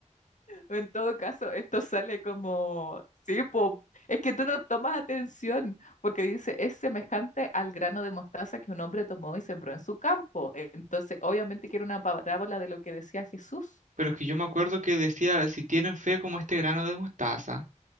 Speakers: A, on the left (about 75°); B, on the right (about 85°).
A: O En todo caso, esto sale como, sí, po, es que tú no tomas atención, porque dice, es semejante al grano de mostaza que un hombre tomó y sembró en su campo. Entonces, obviamente que era una parábola de lo que decía Jesús.
B: Pero es que yo me acuerdo que decía, si tienen fe como este grano de mostaza.